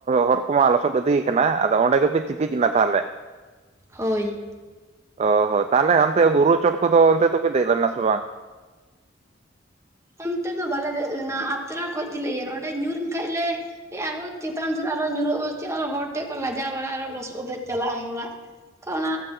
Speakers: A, on the right; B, on the right.
A: ᱦᱚᱨ ᱠᱚᱢᱟ ᱞᱚᱥᱚᱫ ᱤᱫᱤᱭᱟ ᱠᱟᱱᱟ ᱟᱫᱚ ᱚᱸᱰᱮ ᱜᱮᱯᱮ ᱪᱤᱠᱤᱡ ᱮᱱᱟ ᱛᱟᱦᱚᱞᱮ᱾
B: ᱦᱳᱭ,
A: ᱚ ᱦᱚᱸ ᱛᱟᱦᱚᱞᱮ ᱦᱟᱱᱛᱮ ᱵᱩᱨᱩ ᱪᱚᱴ ᱠᱚᱫᱚ ᱚᱱᱛᱮ ᱫᱚᱯᱮ ᱫᱮᱡ ᱞᱮᱱᱟ ᱥᱮ ᱵᱟᱝ?
B: ᱚᱱᱛᱮ ᱫᱚ ᱵᱟᱞᱮ ᱫᱮᱡ ᱞᱮᱱᱟ ᱟᱛᱨᱟ ᱠᱷᱚᱱ ᱜᱮᱞᱮ ᱤᱭᱟᱹᱱᱟ ᱚᱸᱰᱮ ᱧᱩᱨᱮᱱ ᱠᱷᱟᱡ ᱞᱮ ᱟᱨᱦᱚ ᱪᱮᱛᱟᱱ ᱥᱮᱫ ᱟᱨᱦᱚ ᱧᱩᱨᱩᱜ ᱟᱵᱚ ᱥᱮ ᱪᱮᱫ ᱦᱚᱲ ᱴᱷᱮᱡ ᱠᱚ ᱞᱟᱡᱟᱣ ᱯᱟᱲᱟ ᱟᱨᱚ ᱞᱚᱥᱚᱫ ᱛᱮ ᱪᱟᱞᱟᱜ ᱟᱢ ᱚᱲᱟᱜ᱾ ᱚᱱᱟ